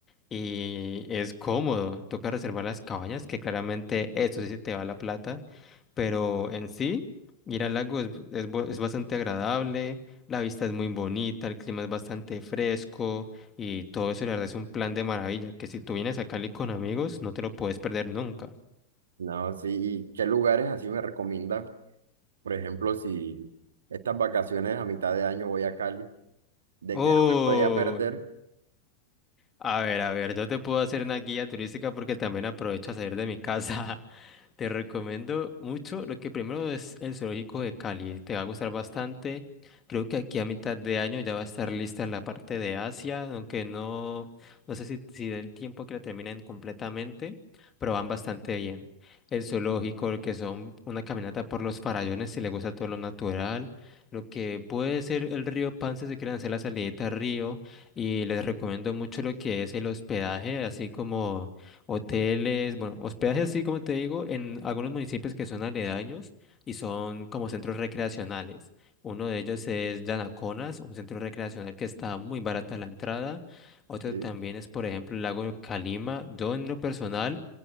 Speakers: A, on the left; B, on the right.
A: y es cómodo, toca reservar las cabañas, que claramente eso sí se te va la plata, pero en sí, ir al lago es, es bu- es bastante agradable, la vista es muy bonita, el clima es bastante fresco y todo eso, la verdad es un plan de maravilla, que si tú vienes a Cali con amigos, no te lo puedes perder nunca.
B: No, sí, ¿y qué lugares así me recomienda? Por ejemplo, si estas vacaciones a mitad de año voy a Cali, ¿de
A: Uy,
B: qué no me podría perder?
A: a ver, a ver, yo te puedo hacer una guía turística porque también aprovecho a salir de mi casa. Te recomiendo mucho. Lo que primero es el zoológico de Cali. Te va a gustar bastante. Creo que aquí a mitad de año ya va a estar lista la parte de Asia, aunque no, no sé si, si dé el tiempo que la terminen completamente, pero van bastante bien. El zoológico, lo que son una caminata por los farallones, si le gusta todo lo natural. Lo que puede ser el río Pan si quieren hacer la salidita al río. Y les recomiendo mucho lo que es el hospedaje, así como hoteles, bueno, hospedajes sí, como te digo, en algunos municipios que son aledaños y son como centros recreacionales. Uno de ellos es Yanaconas, un centro recreacional que está muy barata la entrada. Otro
B: Sí.
A: también es, por ejemplo, el lago de Calima. Yo en lo personal,